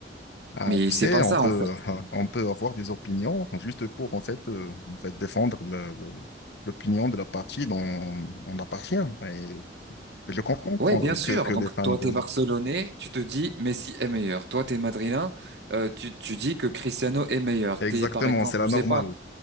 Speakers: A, on the left; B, on the right.
A: Ah,
B: Mais
A: tu sais,
B: c'est pas
A: on
B: ça,
A: peut,
B: en fait.
A: euh, on peut avoir des opinions juste pour, en fait, euh, en fait défendre le- le- l'opinion de la partie dont on appartient. Et Je comprends qu'on-
B: Ouais, bien sûr.
A: que, que
B: Donc,
A: les fans
B: toi,
A: de...
B: t'es Barcelonais, tu te dis Messi est meilleur. Toi, t'es Madrilène, euh, tu, tu dis que Cristiano est meilleur.
A: Exactement,
B: T'es, par exemple,
A: c'est la
B: je
A: normale.
B: sais pas.